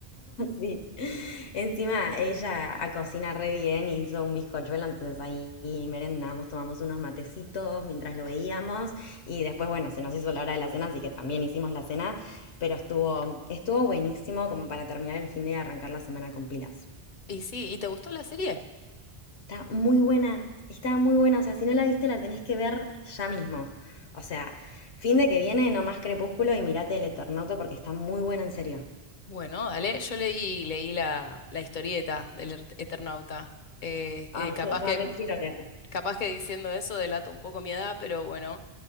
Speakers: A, on the left (about 85°); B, on the left (about 55°).
A: Sí. Encima ella a cocina re bien, hizo un bizcochuelo, entonces ahí merendamos, tomamos unos matecitos mientras lo veíamos y después, bueno, se nos hizo la hora de la cena, así que también hicimos la cena, pero estuvo, estuvo buenísimo como para terminar el fin de y arrancar la semana con pilas.
B: Y sí, ¿y te gustó la serie?
A: Está muy buena, está muy buena, o sea, si no la viste la tenés que ver ya mismo. O sea, fin de que viene, nomás Crepúsculo y mirate El Eternauta porque está muy buena en serio.
B: Bueno, dale, yo leí, leí la, la historieta del Er- Eternauta. Eh,
A: Ay,
B: eh, capaz
A: yo la
B: que,
A: re quiero leer.
B: capaz que diciendo eso delato un poco mi edad, pero bueno.